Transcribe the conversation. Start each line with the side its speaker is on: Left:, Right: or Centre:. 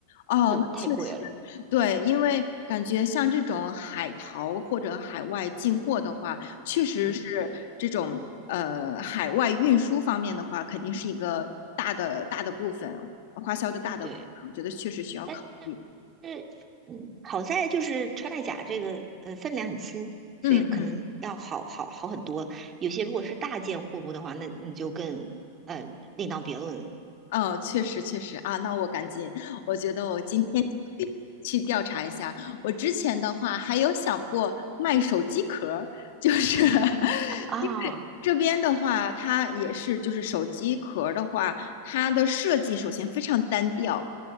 Left: 哦，
Right: 就太贵了，
Left: 那确实。对，因为感觉像这种海淘或者海外进货的话，确实是
Right: 嗯，
Left: 这种呃海外运输方面的话，肯定是一个大的大的部分，花销的大的部分，
Right: 对。
Left: 我觉得确实需要考虑。
Right: 但。是，嗯，好在就是穿戴甲这个呃分量很轻，
Left: 嗯，
Right: 所以可能要好好好很多。有些如果是大件货物的话，那你就更呃另当别论了。
Left: 哦，确实确实啊，那我赶紧，我觉得我今天就可以去调查一下。我之前的话还有想过卖手机壳儿，就是 <laughs>
Right: 啊。
Left: 因为这边的话，它也是就是手机壳儿的话，它的设计首先非常单调，